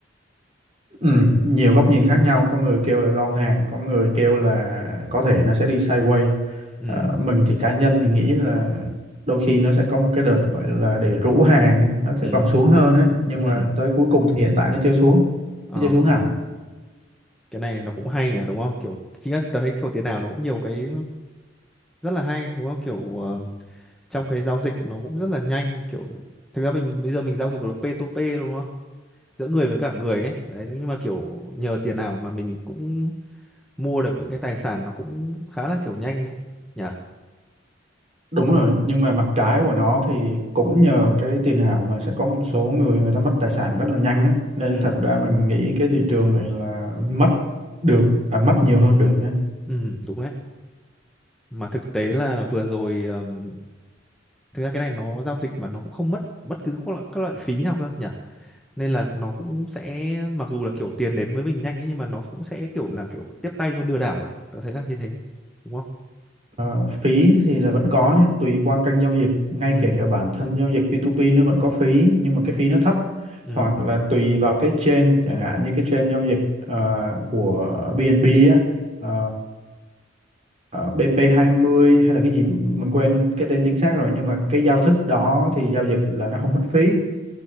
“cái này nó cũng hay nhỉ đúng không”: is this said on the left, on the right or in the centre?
Centre